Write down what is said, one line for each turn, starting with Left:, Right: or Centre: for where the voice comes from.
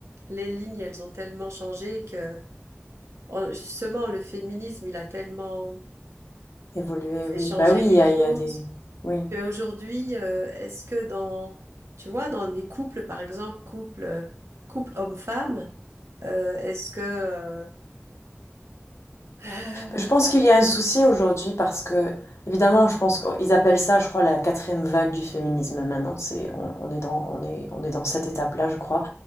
Right: les lignes, elles ont tellement changé que en- justement le féminisme, il a tellement
Left: évoluer,
Right: c'est
Left: oui.
Right: changer
Left: Bah oui,
Right: des
Left: il y a,
Right: choses.
Left: il y a des. Oui.
Right: Qu'aujourd'hui, euh, est-ce que dans, tu vois, dans des couples, par exemple, couple, euh, couple homme-femme, euh, est-ce que, euh, <sighs>
Left: Je pense qu'il y a un souci aujourd'hui parce que, évidemment, je pense qu'ils appellent ça, je crois, la quatrième vague du féminisme maintenant. C'est, on, on est dans, on est, on est dans cette étape-là, je crois.